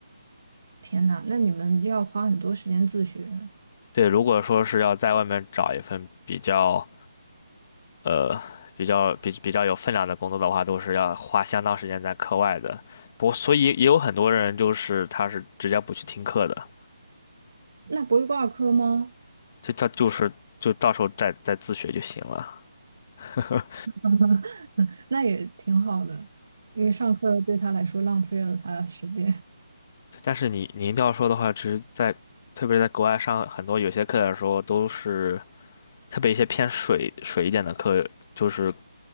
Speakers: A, on the right; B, on the left.
A: 天呐，那你们要花很多时间自学，
B: 对，如果说是要在外面找一份比较呃比较比比较有分量的工作的话，都是要花相当时间在课外的。不，所以也有很多人就是他是直接不去听课的。
A: 那不会挂科吗？
B: 就他就是就到时候再再自学就行了。<laughs>
A: <laughs> 那也挺好的，因为上课对他来说浪费了他的时间。
B: 但是你你一定要说的话，其实在特别是在国外上很多有些课的时候，都是特别一些偏水水一点的课，就是